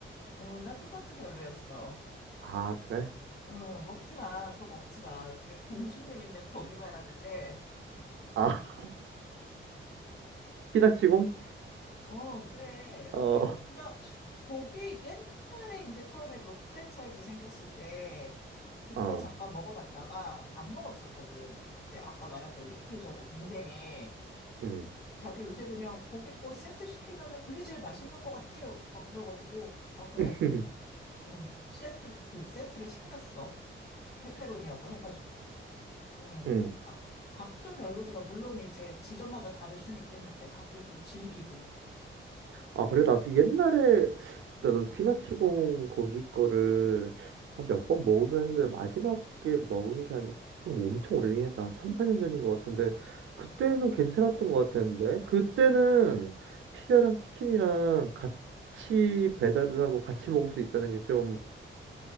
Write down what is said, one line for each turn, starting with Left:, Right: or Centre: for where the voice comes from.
Left: 어, 나 그것도 별로였어.
Right: 아, 그래?
Left: 어, 먹지 마. 그거 먹지 마. 그왜 공주님 있는 거기 말하는데.
Right: 아, <laughs> 피자치공?
Left: 어, 그래.
Right: 어,
Left: 아니, 그냥 거기 옛날에 이제 처음에 그 프랜차이즈 생겼을 때 그때
Right: 어,
Left: 잠깐 먹어봤다가 안 먹었었거든. 근데 이제 아까 말한 대로 이틀 전에 동생이
Right: 음,
Left: 자기 요새 그냥 고기 고 세트 시키면은 그게 제일 맛있는 것 같아요. 막 그래가지고, 아, 그래?
Right: <laughs>
Left: 응, 세트, 그 세트를 시켰어. 페페로니하고 해가지고. 응,
Right: 음.
Left: 아, 닭도 별로더라. 물론 이제 지점마다 다를 수는 있겠는데, 닭도 좀 질기고.
Right: 아, 그래, 나도 옛날에, 나도 피나치공 거기 거를 한 몇 번 먹으면서 마지막에 먹은 게 한, 좀 엄청 오래되긴 했다. 한 3, 4년 전인 것 같은데, 그때는 괜찮았던 것 같았는데, 그때는 피자랑 치킨이랑 같이 배달을 하고 같이 먹을 수 있다는 게 좀